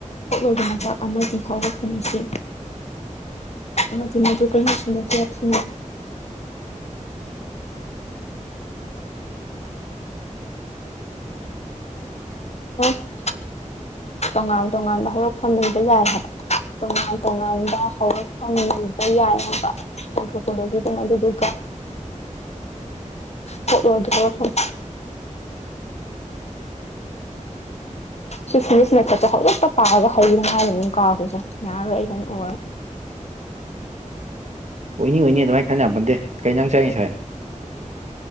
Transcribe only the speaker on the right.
<inaudible>
<inaudible> ꯑꯣꯏꯅꯤ ꯑꯣꯏꯅꯤ ꯑꯗꯨꯃꯥꯏꯅ ꯈꯟ ꯌꯄꯣꯟꯇꯦ ꯀꯩ ꯏꯟꯁꯪ ꯆꯥꯏ ꯉꯁꯥꯏ